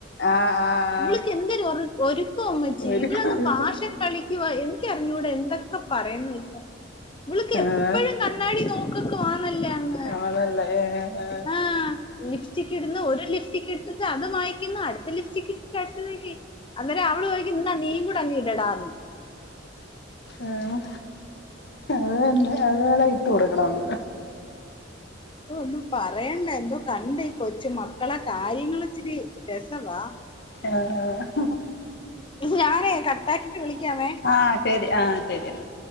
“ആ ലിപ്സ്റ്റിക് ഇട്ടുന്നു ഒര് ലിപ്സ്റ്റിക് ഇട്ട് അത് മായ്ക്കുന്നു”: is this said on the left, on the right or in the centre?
Left